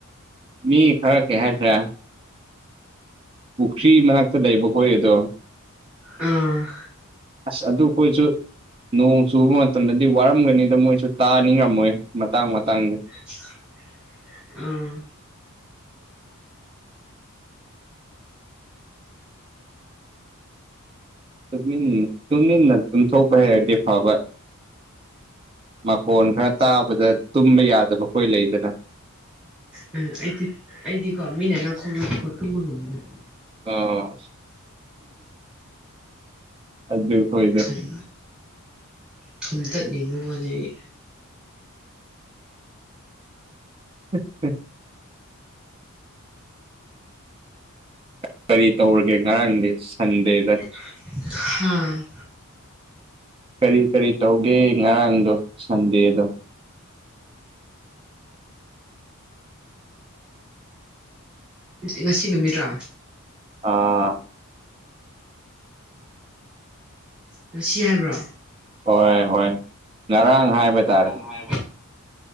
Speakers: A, on the right; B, in the centre.
A: ꯃꯤ ꯈꯔ ꯀꯍꯁ ꯄꯨꯈ꯭ꯔꯤ ꯃꯅꯥꯛꯇ ꯂꯩꯕ ꯍꯣꯏ ꯑꯗꯣ
B: ꯎꯝ
A: ꯑꯁ ꯑꯗꯨ ꯑꯩꯈꯣꯏꯁꯨ ꯅꯣꯡ ꯆꯨꯕ ꯃꯇꯝꯗꯗꯤ ꯋꯥꯔꯝꯒꯅꯤꯗ ꯃꯣꯏꯁꯨ ꯇꯥꯅꯤ ꯉꯝꯃꯣꯏ ꯃꯇꯥꯡ ꯃꯇꯥꯡꯗꯤ
B: ꯎ ꯑꯥ
A: ꯇꯨꯃꯤꯟꯅ ꯇꯨꯃꯤꯟꯅ ꯇꯨꯝꯊꯣꯛꯄ ꯍꯔꯗꯤ ꯐꯕ ꯃꯈꯣꯟ ꯈꯔ ꯇꯥꯕꯗ ꯇꯨꯝꯕ ꯌꯥꯗꯕ ꯑꯩꯈꯣꯏ ꯂꯩꯗꯅ
B: ꯎ ꯎꯝ ꯑꯩꯗꯤ ꯑꯩꯗꯤꯀꯣ ꯃꯤꯅ ꯅꯅꯥꯈꯣꯡꯅꯗꯤꯀꯣ ꯇꯨꯝꯕ ꯉꯝꯕꯅꯤ
A: ꯑ ꯑꯗꯨ ꯍꯣꯏꯗ
B: ꯊꯨꯝ ꯊꯨꯝꯇꯠꯅꯤꯡꯕ ꯋꯥꯅꯩ
A: ꯎꯝ ꯎꯝ ꯀꯔꯤ ꯇꯧꯔꯒꯦ ꯉꯔꯥꯡꯗꯤ ꯁꯟꯗꯦꯗ
B: <inaudible> ꯍꯥꯥ
A: ꯀꯔꯤ ꯀꯔꯤ ꯇꯧꯒꯦ ꯉꯔꯥꯡꯗꯣ ꯁꯟꯗꯦꯗꯣ
B: ꯉꯁꯤ ꯅꯨꯃꯤꯠꯔꯥ
A: ꯑ
B: ꯂꯁꯤ ꯍꯥꯏꯕ꯭ꯔꯣ
A: ꯍꯣꯏ ꯍꯣꯏ ꯉꯔꯥꯡ ꯍꯥꯏꯕ ꯇꯥꯔꯦ
B: ꯍꯕ